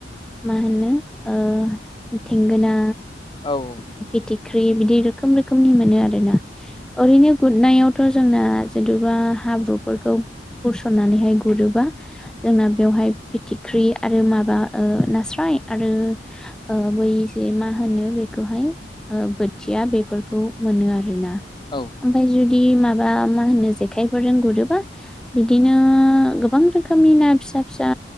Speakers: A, in the centre; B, on the left.
A: मा होनो ओ थेंगोना
B: औ ओ
A: फिथिख्रि बिदि रोखोम रोखोमनि मोनो आरो ना। ओरैनो गुरनायावथ' जोंना जेनथ'बा हाब्रुफोरखौ गुरसननानैहाय गुरोबा जोंना बेवहाय फिथिख्रि आरो माबा ओ नास्राय आरो ओ बै जे मा होनो बे बेखौहाय ओ बोथिया बेफोरखौ मोनो आरोना
B: औ
A: ओमफफ्राय जुदि माबा मा होनो जेखाइफोरजों गुरोबा बिदिनो गोबां रोखोमनि ना फिसा फिसा